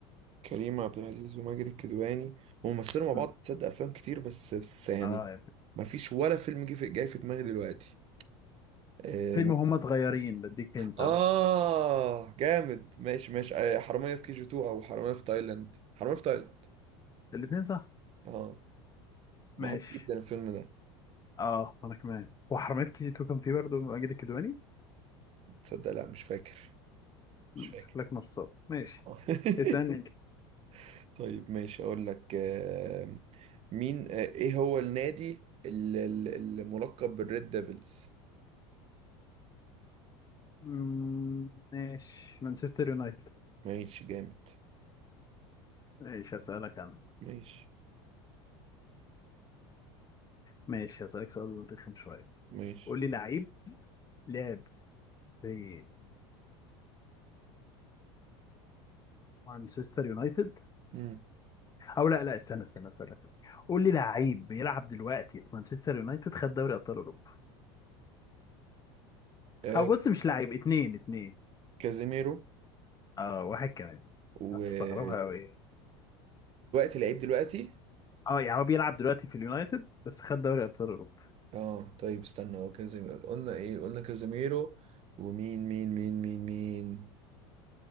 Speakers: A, on the right; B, on the left.
A: كريم عبد العزيز وماجد الكدواني هم مثلوا مع
B: مم.
A: بعض تصدق افلام كتير بس بس يعني
B: اه
A: ما فيش ولا فيلم جه في جاي في دماغي دلوقتي آه
B: فيلم
A: م-
B: هما صغيرين بديك انت
A: آه، جامد ماشي ماشي آه، حرامية في كي جي 2 او حرامية في تايلاند حرامية في تايلاند
B: الاتنين صح
A: اه بحب
B: ماشي
A: جدا الفيلم ده
B: اه انا كمان وحرامية كي جي 2 كان فيه برضه ماجد الكدواني
A: تصدق لا مش فاكر
B: مم،
A: مش فاكر
B: شكلك نصاب ماشي
A: آه. <laughs>
B: اسألني انت
A: طيب ماشي اقول لك آه، مين آه، ايه هو النادي ال- ال- الملقب بالريد ديفلز
B: مم، ماشي مانشستر يونايتد
A: ماشي جامد
B: ماشي هسألك انا
A: ماشي
B: ماشي هسألك سؤال رخم شوية
A: ماشي
B: قول لي لعيب لعب في مانشستر يونايتد
A: مم.
B: او لا لا استنى استنى استنى قول لي لعيب بيلعب دلوقتي في مانشستر يونايتد خد دوري ابطال اوروبا
A: آه
B: او بص مش لعيب اتنين اتنين
A: كازيميرو
B: اه واحد كمان
A: ودلوقتي
B: هتستغربها قوي
A: لعيب دلوقتي
B: اه يعني هو بيلعب دلوقتي في اليونايتد بس خد دوري ابطال اوروبا
A: اه طيب استنى هو كازيميرو قلنا ايه قلنا كازيميرو ومين مين مين مين مين